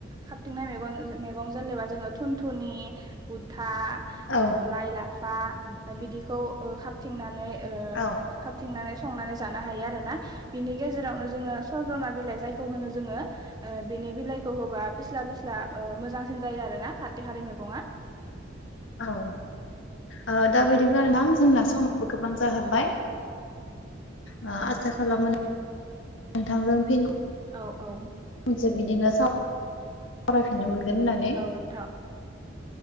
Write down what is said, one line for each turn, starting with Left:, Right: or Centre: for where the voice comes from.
Right: खाबथिंनाय मेगन मेगं जेनेबा थुनथिनि <unintelligible> फा
Left: औ
Right: ओ लाइ लाफा बिदिखौ ओ खाबथिंनानै ओ
Left: औ
Right: थिंनानै संनानै जानो हायो आरो ना बिनि गेजेरावनो जोङो सजना बिलाइ जायखौ होनो जोङो ओ बिनि बिलाइखौ होबा पिस्ला पिस्ला ओ मोजांसिन जायो आरो ना खारदै खारि मैगङा
Left: औ औ ओ दा बिदिब्ला
Right: औ
Left: नोंथां जोंना समा गोबां जाहांबाय ओ आसा खालामो नोंथांजों फिन
Right: औ औ
Left: मोनसे बिदिनो सावरायफिननो मोनगोन होननानै
Right: औ नोंथां औ